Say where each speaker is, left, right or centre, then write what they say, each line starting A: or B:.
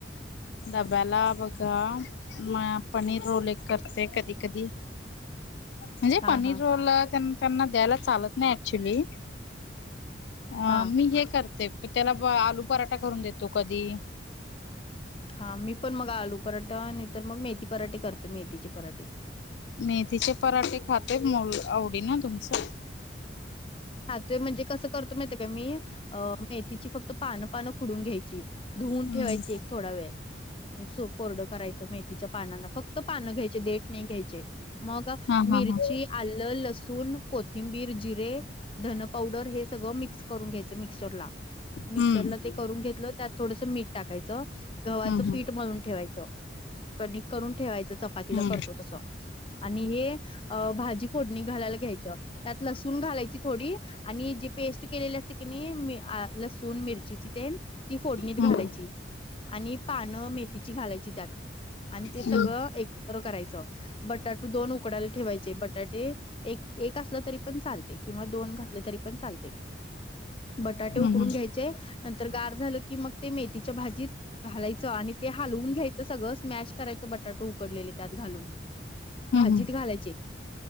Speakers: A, on the left; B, on the left.
A: डब्याला बघा म पनीर रोल एक करते कधी कधी म्हणजे
B: हा
A: पनीर
B: हा
A: रोल त्यांना द्यायला चालत नाही ऍक्च्युली अ
B: हा
A: मी हे करते त्याला आलू पराठा करून देतो कधी..
B: हा मी पण मग आलू पराठा आणि तर मग मेथी पराठे करते मेथीचे पराठे.
A: मेथीचे पराठे खाते मुल आवडीन तुमचं..
B: खातो म्हणजे कसं करतो मी अ मेथीची फक्त पानं पानं खुडून घ्यायची. धुवून
A: हम्म
B: ठेवायची एक थोडा वेळ कोरडं करायचं मेथीच्या पानांना फक्त पानं घ्यायचे देट नाही घ्यायचे मग
A: हा
B: मिरची
A: हा हा
B: आलं, लसूण, कोथिंबीर, जिरे, धन पावडर हे सगळं मिक्स. करून घ्यायचं मिक्सचर ला मिक्सरला
A: हम्म
B: ते करून घेतलं त्यात थोडस मीठ टाकायचं गव्हाचं
A: हम्म
B: पीठ मळून ठेवायचं कणिक करून ठेवायचं चपातीला
A: हम्म
B: करतो तसं आणि हे अ भाजी फोडणी घालायला घ्यायचं त्यात लसूण घालायची थोडी आणि जी पेस्ट केलेली असते कि नाही लसूण मिरचीची तेन ती फोडणीत
A: हम्म
B: घालायची आणि पानं मेथीची घालायची त्यात आणि ते सगळं
A: हम्म
B: एकत्र करायचं. बटाटू दोन उकडायला ठेवायचे बटाटे एक एक असलं तरी पण चालतंय किंवा दोन घातले तरी पण चालते. बटाटे
A: हम्म
B: उकडून घ्यायचे नंतर गार झालं की मग ते मेथीच्या भाजीत घालायचं आणि ते हलवून घ्यायचं सगळंच मॅश करायचं बटाटो उकडलेले त्यात घालून भाजीत
A: हम्म हम्म हम्म हम्म
B: घालायची